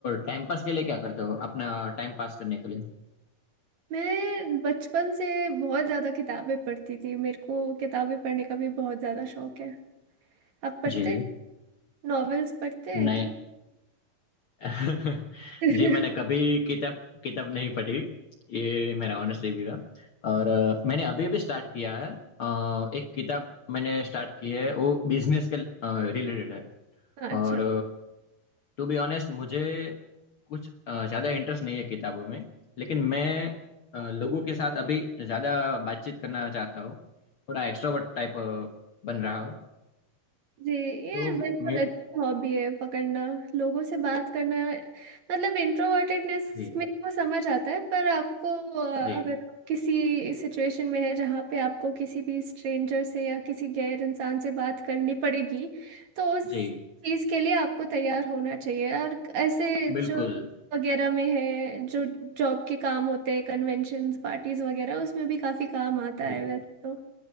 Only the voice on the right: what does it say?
मैं बचपन से बहुत ज्यादा किताबें पढ़ती थी मेरे को किताबें पढ़ने का भी बहुत ज्यादा शौक है आप पढ़ते
नॉवेल्स पढ़ते
हैं कि
<laughs>
अच्छा
जी ये
बिल्कुल
अच्छी हॉबी है पकड़ना लोगों से बात करना मतलब इंट्रोवर्टेडनेस
मेरे को समझ आता है पर आपको अ,
अगर आप किसी सिचुएशन में है जहाँ पे आपको किसी भी स्ट्रेंजर से या किसी गैर इंसान से बात करनी पड़ेगी तो उस
चीज़ के लिए आपको तैयार होना चाहिए और ऐसे
जो वगैरह में है जो जॉब के काम होते हैं कन्वेंशंस पार्टीज वगैरह उसमें भी काफ़ी काम आता है
वैसे तो